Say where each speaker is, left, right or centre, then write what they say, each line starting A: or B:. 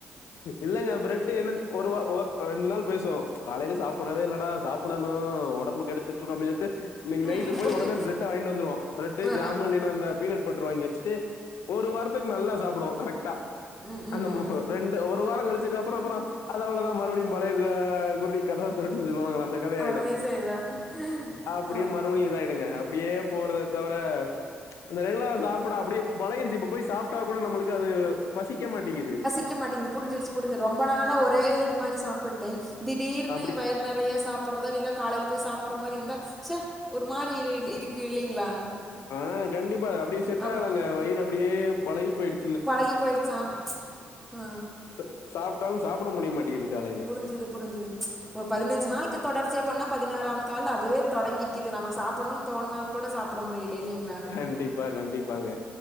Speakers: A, on the left; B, in the centre.
A: இல்லங்க பிரெட் என்ன ஒரு வ ஒரு ரெண்டு நாள் பேசுவோ காலையில சாப்புடவே இல்லடா சாப்புடணு ஒடம்பு கெடுத்துட்டு இருக்கோ அப்டி சொல்ட்டு இன்னைக்கு
B: ம்
A: நைட்டு
B: ம்
A: போய்
B: புரிஞ்சுது
A: ஒடனே பிரெட்ட வாங்கிட்டு வந்துருவோ பிரெட்டு
B: ஆ
A: ஜாமு
B: ஆ
A: இல்லைன்னா அந்த பீனட் பட்டர் வாங்கி வெச்சு டு ஒரு வாரத்துக்கு நல்லா சாப்புடுவோ கரெக்டா
B: ம் ம்
A: அந்த <unintelligible>
B: ம்
A: இந்த ஒரு வார கழிச்சதுக்கு அப்புற அப்புற அது அவ்ளோதா மறுபடியு பழைய கா குருடி கதவ தறடின் சொல்லுவாங்க அந்த கத ஆயிடு
B: அதே செய்தா
A: அப்டியே
B: ஆ
A: மறுபடியு இது ஆயிடுங்க அப்டியே போறத தவிர அந்த ரெகுலர்ல சாப்ட அப்டியே பழகிறிச்சி இப்ப போய் சாப்ட்டா கூட நம்மளுக்கு அது பசிக்க மாட்டேங்கிது
B: நிக்க மாட்டேங்குது புரிஞ்சிருச்சி புரிஞ்சு ரொம்ப நாளா ஒரே இது மாரி சாப்பிட்டு திடீர்னு
A: அப்டி
B: வயறு நறைய சாப்படுறதால் இல்ல காலையில போய் சாப்புற மாரி இருந்தா செ ஒரு மாரி இ இருக்கு இல்லைங்களா
A: ஆ கண்டிப்பா அப்டி செட்
B: ஆமாங்க
A: ஆகலாங்க வயிறு அப்டியே பழகி போயிடு
B: பழகி போயிடுச்சாம் ஆ
A: ச சாப்ட்டாலு சாப்ட முடிய மாட்டேங்கிது காலை
B: புரிஞ்சுது புரிஞ்சுது ஒரு பதினஞ்சி நாள்க்கு தொடர்ச்சியா பண்ணா பதினாறாம் தாள்ல அதுவே தொடங்கிக்கிது நமக்கு சாப்படணு தோன்னால் கூட சாப்பட முடியல இல்லிங் லாங்
A: கண்டிப்பா கண்டிப்பாங்க